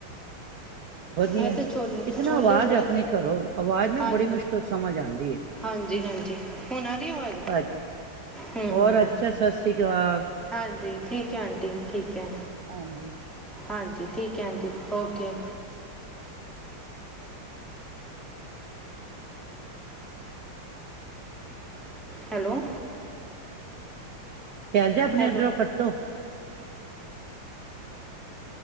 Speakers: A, on the right (about 55°); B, in the centre.
A: ਵਧੀਆ,
B: ਵੈਸੇ ਛੋਲੇ
A: ਇੱਕ ਨਾ
B: ਛੋਲੇ
A: ਆਵਾਜ਼
B: ਬੜੇ
A: ਆਪਣੇ ਘਰੋਂ, ਆਵਾਜ਼ ਨਾ
B: ਹਾਂਜੀ
A: ਬੜੀ ਮੁਸ਼ਕਿਲ ਸਮਝ ਆਉਂਦੀ ਹੈ
B: ਹਾਂਜੀ ਹਾਂਜੀ ਹੁਣ ਆ ਹੀ ਆਵਾਜ਼
A: ਅ
B: ਹੂ
A: ਹੋਰ ਅੱਛਾ ਸਤਿ ਸ੍ਰੀ ਅਕਾਲ
B: ਹਾਂਜੀ ਠੀਕ ਹੈ ਆਂਟੀ ਠੀਕ ਹੈ
A: ਹਾਂਜੀ
B: ਹਾਂਜੀ ਠੀਕ ਹੈ ਆਂਜੀ ਓਕੇ ਹੈਲੋ
A: ਸ਼ੈਲਜਾ ਆਪਣੇ
B: ਹੈਲੋ
A: ਉੱਧਰੋਂ ਕੱਟੋ